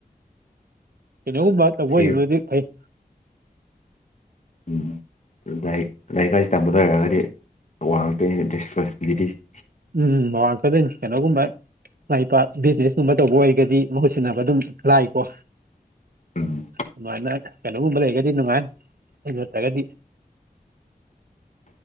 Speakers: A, on the right; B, on the left.
A: ꯀꯩꯅꯣꯒꯨꯝꯕ ꯇꯧꯕꯣꯏ
B: ꯁꯤꯒ
A: ꯍꯩꯕꯗꯨꯗꯤ ꯐꯩ
B: ꯎꯝ ꯗꯥꯥꯏꯔꯤꯛ ꯂꯥꯏꯔꯤꯛ ꯀꯁꯤ ꯇꯝꯕ ꯂꯣꯏꯔꯛꯒꯗꯤ ꯋꯥꯉꯥꯛꯇꯣꯏ ꯔꯦꯁꯄꯣꯟꯁꯤꯕꯤꯂꯤꯇꯤꯁ
A: ꯎꯝ ꯃꯋꯥꯟꯇꯗꯩꯅꯤ ꯀꯩꯅꯣꯒꯨꯝꯕ ꯃꯥꯏ ꯄꯥꯛ ꯕꯤꯖꯤꯅꯦꯁꯀꯨꯝꯕ ꯇꯧꯕ ꯑꯣꯏꯔꯒꯗꯤ ꯃꯍꯨꯠ ꯁꯤꯟꯅꯕ ꯑꯗꯨꯝ ꯂꯥꯏꯀꯣ
B: ꯎꯝ
A: ꯑꯗꯨꯃꯥꯏꯅ ꯀꯩꯅꯣꯒꯨꯝꯕ ꯂꯩꯒꯗꯤ ꯅꯨꯡꯉꯥꯏ ꯌꯠꯇ꯭ꯔꯒꯗꯤ